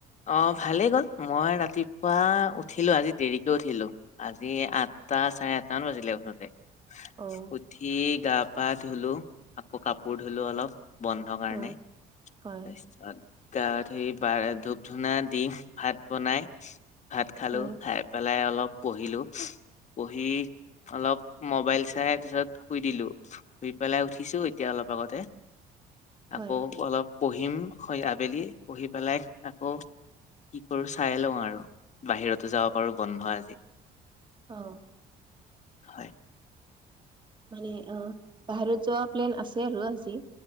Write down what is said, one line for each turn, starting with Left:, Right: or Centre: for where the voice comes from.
Left: অ ভালেই গ'ল মই ৰাতিপুৱা উঠিলো আজি দেৰিকে উঠিলো আজি আঠ তাত চাৰে আাতৰান বজি লৈতে
Right: অ
Left: উঠি গা পা ধুলো আকৌ কাপোৰ ধুলো অলপ বন্ধ কাৰণে
Right: অ হয়
Left: তাৰপিছত গাত সেৰি বা ধূপ ধুনা দি ভাত বনাই ভাত খালো
Right: হয়
Left: খাই পেলাই অলপ প়িলো হি অলপ মবাইল চাই পিছত শুই দিলো শুই পেলাই উঠিছো এতিয়া অলপ আগতে আকৌ
Right: হয়
Left: অলপ পঢ়িম আবেলি পঢ়ি পেলাই অ কি কৰো চাই লওঁ আৰু বাহিৰতো যাব পাৰো বন্ধ আজি
Right: অ
Left: হয়
Right: মানে অ বাহিৰত যোৱা প্লেন আছে আৰু আজি